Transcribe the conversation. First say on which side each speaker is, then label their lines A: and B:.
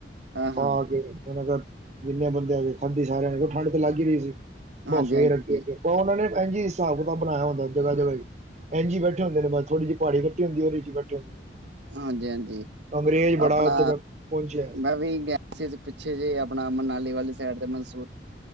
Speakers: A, on the right; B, on the right.
A: ਹਾਂ ਹਾਂ,
B: ਪਾ ਕੇ ਜਿੰਨੇ ਬੰਦੇ ਹੈਗੇ ਖਾਦੀ ਸਾਰਿਆਂ ਨੇ ਠੰਢ ਤੇ ਲੱਗ ਹੀ ਰਹੀ ਸੀ।
A: ਹਾਂਜੀ
B: ਫੇਰ
A: ਹਾਂਜੀ
B: ਅੱਗੇ ਅੱਗੇ ਉਹਨਾ ਨੇ ਇੰਝ ਹਿਸਾਬ ਕਿਤਾਬ ਬਣਾਇਆ ਹੁੰਦਾ, ਜਗ੍ਹਾ ਜਗ੍ਹਾ ਹੀ। ਇੰਝ ਬੈਠੇ ਹੁੰਦੇ ਬਸ ਥੋੜੀ ਜਿਹੀ ਪਹਾੜੀ ਕੱਟੀ ਹੁੰਦੀ, ਉਹਦੇ ਚ ਬੈਠੇ ਹੁੰਦੇ ਨੇ।
A: ਹਾਂਜੀ, ਹਾਂਜੀ।
B: ਅੰਗਰੇਜ਼ ਬੜਾ
A: ਆਪਣਾ
B: ਉੱਥੇ ਪਹੁੰਚਿਆ
A: ਮੈਂ ਵੀ ਗਿਆ ਸੀ ਪਿੱਛੇ ਜਿਹੇ, ਆਪਣਾ ਮੰਨਾ ਮਨਾਲੀ ਵਾਲੀ ਸਾਈਡ ਤੇ ਮਨਸੂਰ